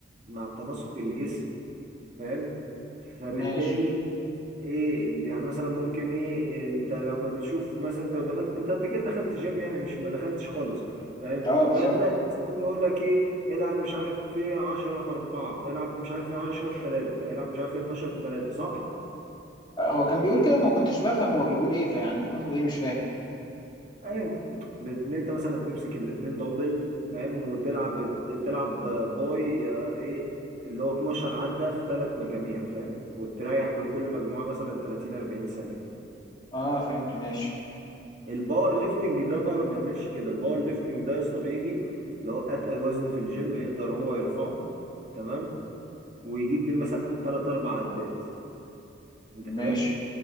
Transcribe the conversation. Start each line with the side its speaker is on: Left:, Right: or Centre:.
Right: مع تناسق الجسم فاهم فبالتالي
Left: ماشي
Right: ايه يعني مثلا ممكن ايه إيه، انت لما بتشوف مثلا انت لو دخلت انت قبل كده دخلت جيم يعني مش ما دخلتش خالص فاهم
Left: اه بالظبط
Right: فهتلاقي مثلاً يقول لك ايه العب مش عارف ايه 10 في 4 العب مش عارف ايه 10 في 3 العب مش عارف ايه 12 في 3 صح
Left: هو كان بيقول كده ما كنتش بفهم هو بيقول ايه فيعني قصده ايه مش فاهم
Right: ايا ان انت مثلا تمسك الاتنين دمبل فاهم وتلعب تلعب باي آه، ايه اللي هو 12 عدة في ثلاث مجاميع فاهم وتريح بين كل مجموعة مثلا 30 40 ثانية
Left: اه فهمت ماشي
Right: الباور ليفتنج ده ما بيعملش كده الباور ليفتنج ده يا اسطى بيجي اللي هو اتقل وزن في الجيم يقدر هو يرفعه تمام ويجيب بيه مثلا 3 4 عدات انت فاهم
Left: ماشي